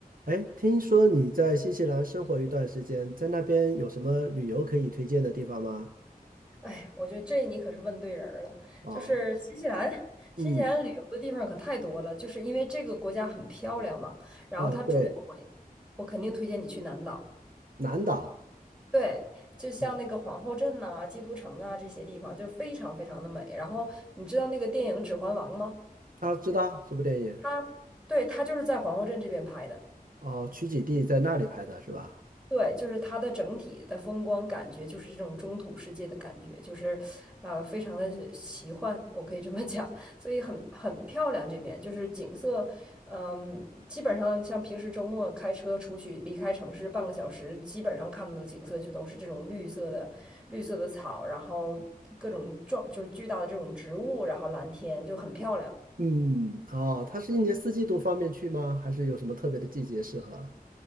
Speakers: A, on the right (about 65°); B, in the centre.
A: 哎，听说你在新西兰生活一段时间，在那边有什么旅游可以推荐的地方吗？
B: 哎，我觉得这你可是问对人儿了。
A: 啊，
B: 就是新西兰，新西兰旅游的地方可太多了，
A: 嗯，
B: 就是因为这个国家很漂亮嘛。然后它主要我，
A: 啊，对，
B: 我肯定推荐你去南岛。
A: 南岛，
B: 对，就像那个皇后镇呐、
A: 嗯，
B: 基督城啊这些地方，就非常非常的美。然后你知道那个电影《指环王》吗？
A: 啊，知道什么电影？
B: 它，对，它就是在皇后镇这边拍的。
A: 哦，取景地在那里拍的是吧？
B: 对，就是它的整体的风光感觉，就是这种中土世界的感觉，就是，呃，非常的奇幻，我可以这么讲，所以很很漂亮。这边就是景色，嗯，基本上像平时周末开车出去离开城市半个小时，基本上看到的景色就都是这种绿色的绿色的草，然后各种壮就是巨大的这种植物，然后蓝天就很漂亮。
A: 嗯，哦，它是一年四季都方便去吗？还是有什么特别的季节适合？